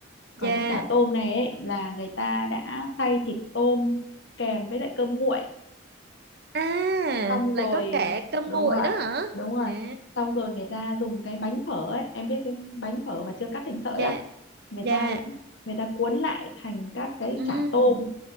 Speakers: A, on the left; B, on the right.
A: còn
B: dạ
A: cái chả tôm này ấy là người ta đã xay thịt tôm kèm với lại cơm nguội
B: à
A: xong
B: lại
A: rồi
B: có cả
A: à,
B: cơm
A: đúng
B: nguội
A: rồi
B: đó hả
A: đúng rồi
B: à
A: xong rồi người ta dùng cái bánh phở ấy em biết cái bánh phở mà chưa cắt thành sợi
B: dạ
A: á người
B: dạ
A: ta người ta cuốn lại thành các cái
B: ừ
A: chả tôm